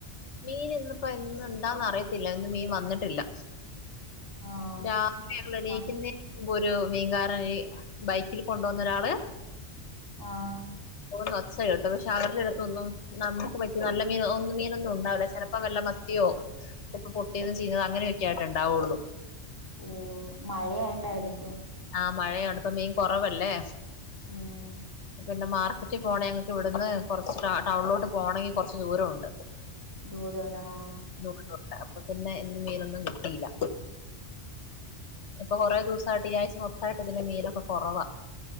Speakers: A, on the left; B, on the right.
A: മീനിന്നിപ്പോ ഇന്നെന്താന്ന് അറിയത്തില്ല ഇന്ന് മീൻ വന്നിട്ടില്ല
B: ആഹ്
A: രാവിലെ ഞങ്ങ എണീക്കുന്നേനുമ്പ്
B: മ
A: ഒരു മീൻകാരനീ ബൈക്കിൽ കൊണ്ട് വന്നൊരാള്
B: ആഹ്
A: പോന്ന ഒച്ചാകേട്ടു പക്ഷെ അവരുടെ അടുത്തൊന്നും നമുക്ക് പറ്റിയ നല്ല മീനൊ ഒന്നും മീനൊന്നും ഉണ്ടാവില്ല ചെലപ്പോ വെല്ല മത്തിയോ ചെലപ്പൊ പൊട്ടിയതോ ചീഞ്ഞതോ അങ്ങനെയൊക്കെ ആയിട്ടൊണ്ടാവൊള്ളൂ
B: ഓഹ് മഴയായോണ്ടായിരിക്കും
A: ആഹ് മഴയാണ് ഇപ്പം മീൻ കൊറവല്ലേ
B: ഉം
A: പിന്നെ മാർക്കറ്റി പോണെ ഞങ്ങക്കിവിടുന്ന് കൊറച്ച് ടാ ടൗണിലോട്ട് പോണെങ്കി കൊറച്ച് ദൂരോണ്ട്
B: ദൂരോണ്ട് ആഹ്
A: ദൂരോണ്ട് അപ്പ പിന്നെ ഇന്ന് മീനൊന്നും കിട്ടിയില്ല ഇപ്പൊ കൊറേ ദൂസായിട്ട് ഈ ആഴ്ച മൊത്തായിട്ട് ഇതിലെ മീനൊക്കെ കൊറവാ